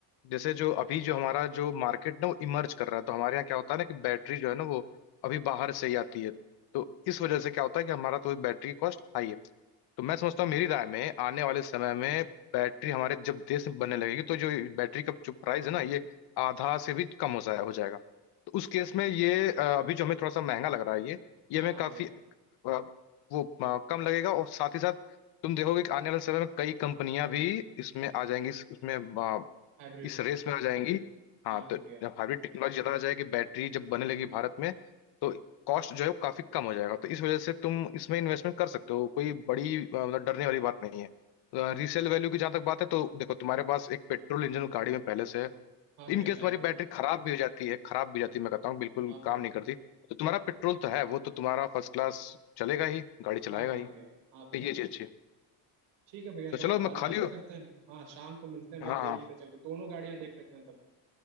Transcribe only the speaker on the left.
जैसे जो अभी जो हमारा जो मार्केट ना वो इमर्ज कर रहा है तो हमारे यहाँ क्या होता है ना कि बैटरी जो है ना वो अभी बाहर से ही आती है तो इस वजह से क्या होता है कि हमारा तो बैटरी कॉस्ट हाई है तो मैं समझता हूँ मेरी राय में आने वाले समय में बैटरी हमारे जब देश में बनने लगेगी तो जो बैटरी का जो प्राइस है ना ये आधा से भी कम हो जाए हो जाएगा तो उस केस में ये अ, अभी जो हमें थोड़ा सा महंगा लग रहा है ये ये
हमें
काफी
अ, वो अ, कम लगेगा और साथ ही साथ तुम देखोगे कि आने वाले समय में कई कंपनियां भी इसमें आ जाएंगी इस- उसमें अ,
इस
रेस में आ जाएंगी हाँ
तो जब
हाइब्रिड टेक्नोलॉजी ज़्यादा आ जाएगी बैटरी जब बनने लगी भारत में तो कॉस्ट जो है वो काफ़ी कम हो जाएगा तो इस वजह से तुम इसमें इन्वेस्टमेंट कर सकते हो कोई बड़ी अ, मतलब डरने वाली बात नहीं है रीसेल वैल्यू की जहां तक बात है तो देखो तुम्हारे पास एक पेट्रोल इंजन गाड़ी में पहले से है
इन
केस
तुम्हारी
बैटरी खराब भी हो जाती है खराब भी हो जाती है मैं कहता हूँ बिल्कुल
काम नहीं करती तो तुम्हारा पेट्रोल तो है वो तो तुम्हारा फर्स्ट क्लास चलेगा ही गाड़ी चलाएगा
ही
तो
ये चीज अच्छी है
तो
चलो मैं
खाली
हूँ
हाँ
हाँ